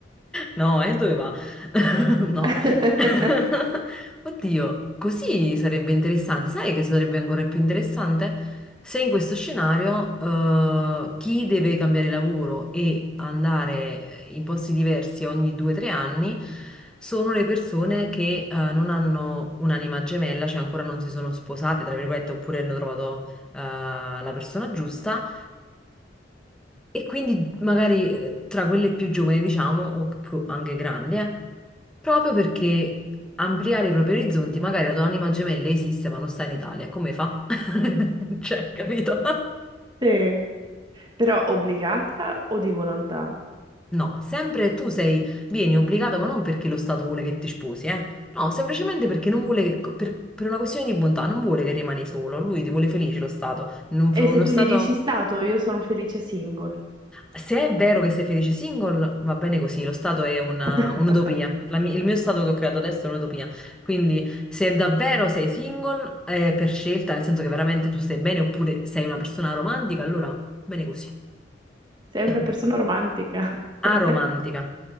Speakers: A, in the centre; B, on the right.
A: No, eh, dove va? <laughs> No.
B: <laughs>
A: <laughs> Oddio, così sarebbe interessante. Sai che sarebbe ancora più interessante? Se in questo scenario, eh, chi deve cambiare lavoro e andare eh, in posti diversi ogni due o tre anni sono le persone che, eh, non hanno un'anima gemella, cioè ancora non si sono sposate, tra virgolette, oppure hanno trovato, eh, la persona giusta e quindi magari eh, tra quelle più giovani, diciamo, o co- anche grandi, eh, proprio perché ampliare i propri orizzonti, magari la tua anima gemella esiste ma non sta in Italia, come fa? <laughs> Cioè, capito?
B: Sì, però obbligata o di volontà?
A: No, sempre tu sei, vieni obbligato, ma non perché lo Stato vuole che ti sposi, eh? No, semplicemente perché non vuole che, per, per una questione di bontà, non vuole che rimani solo, lui ti vuole felice lo Stato. Non-
B: E
A: uno
B: se tu
A: Stato...
B: gli dici stato, io sono felice single.
A: Se è vero che sei felice single, va bene così, lo stato è una-
B: <laughs>
A: un'utopia. La mi- il mio stato che ho creato adesso è un'utopia. Quindi, se davvero sei single, è per scelta, nel senso che veramente tu stai bene, oppure sei una persona romantica, allora bene così.
B: Sei
A: <clears throat>
B: una persona romantica. <laughs>
A: Aromantica.